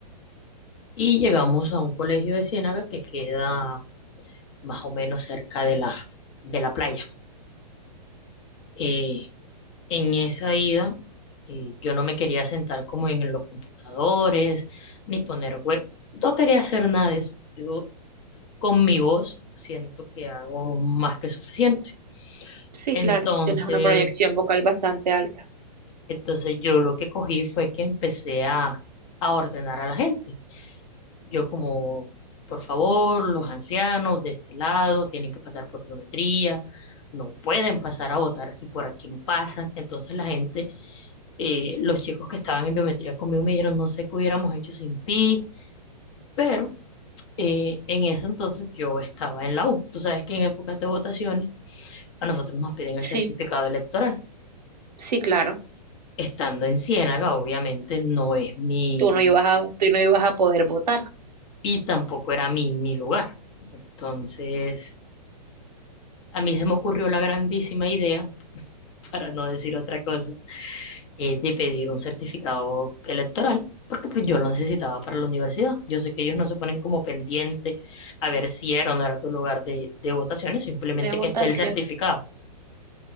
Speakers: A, on the left; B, on the right.
A: Y llegamos a un colegio de Ciénaga que queda más o menos cerca de la, de la playa. Eh, en esa ida, eh, yo no me quería sentar como en los computadores, ni poner web. No quería hacer nada de eso. Yo con mi voz siento que hago más que suficiente.
B: sí,
A: Entonces,
B: claro. Tienes una proyección vocal bastante alta.
A: entonces yo lo que cogí fue que empecé a, a ordenar a la gente. Yo como, por favor, los ancianos de este lado tienen que pasar por biometría, no pueden pasar a votar si por aquí no pasan. Entonces la gente, eh, los chicos que estaban en biometría conmigo me dijeron, no sé qué hubiéramos hecho sin ti, pero eh, en ese entonces yo estaba en la U. Tú sabes que en épocas de votaciones a nosotros nos piden el
B: Sí,
A: certificado electoral.
B: sí, claro.
A: Estando en Ciénaga, obviamente no es mi,
B: tú no ibas a, tú no ibas a poder votar
A: y tampoco era mi, mi lugar. Entonces... A mí se me ocurrió la grandísima idea, para no decir otra cosa, eh, de pedir un certificado electoral, porque pues yo lo necesitaba para la universidad. Yo sé que ellos no se ponen como pendiente a ver si era o no era tu lugar de, de votaciones, simplemente
B: de votación.
A: que esté el certificado.